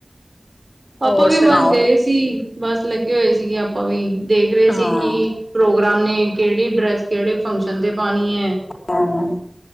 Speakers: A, on the left; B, on the right.
A: ਹੋਰ
B: ਆਪਾਂ ਵੀ
A: ਸੁਣਾਓ
B: ਬਸ ਗਏ ਸੀ, ਬਸ ਲੱਗੇ ਹੋਏ ਸੀਗੇ ਆਪਾਂ ਵੀ ਦੇਖ ਰਹੇ
A: ਹਾਂ।
B: ਸੀ ਕਿ ਪ੍ਰੋਗਰਾਮ ਨੇ, ਕਿਹੜੀ ਡਰੈਸ ਕਿਹੜੇ ਫੰਕਸ਼ਨ ਤੇ ਪਾਨੀ ਏ
A: ਹਾਂ